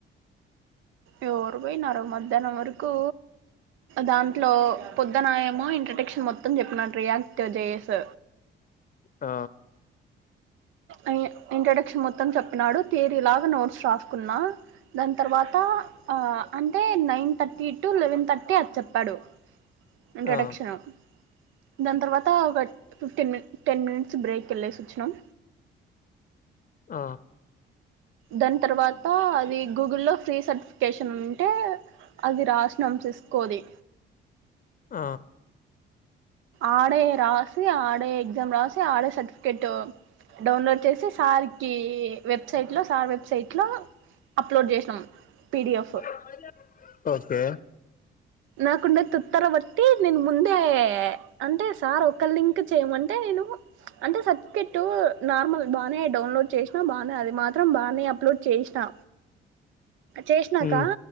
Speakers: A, on the right (about 80°); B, on the left (about 45°).
A: ఎవరు పోయినర మధ్యాహ్నం వరకు దాంట్లో పొద్దున ఏమో ఇంట్రడక్షన్ మొత్తం చెప్పిన రియాక్ట్ జేస్
B: ఆ
A: అయ్యే ఇంట్రొడక్షన్ మొత్తం చెప్పినాడు తీరి లాగ నోట్స్ రాసుకున్నా దాన్ తర్వాత ఆ అంటే nine thirty to eleven thirty అది చెప్పాడు ఇంట్రొడక్షన్
B: ఆ
A: దాన్ తర్వాత ఒక fifteen minute ten minutes break వెళ్లేసివచ్చినాం
B: ఆ
A: దాని తర్వాత అది గూగుల్లో ఫ్రీ సర్టిఫికేషన్ ఉంటే అది రాసినం సిస్కోది
B: ఆ
A: ఆడే రాసి ఆడే ఎగ్జామ్ రాసి ఆడే సర్టిఫికేట్ డౌన్లోడ్ చేసి సార్కి వెబ్సైట్ సార్ వెబ్సైట్ లో అప్లోడ్ చేసినాం పిడిఎఫ్
B: <unintelligible> ఓకే
A: నాకుండే తత్తర బట్టి నేను ముందే అంటే సార్ ఒక లింక్ చేయమంటే నేను అంటే సర్టిఫికెట్ నార్మల్ బానే డౌన్లోడ్ చేసినా బానే అది మాత్రం బానే అప్లోడ్ చేసినా చేసినాక
B: ఉమ్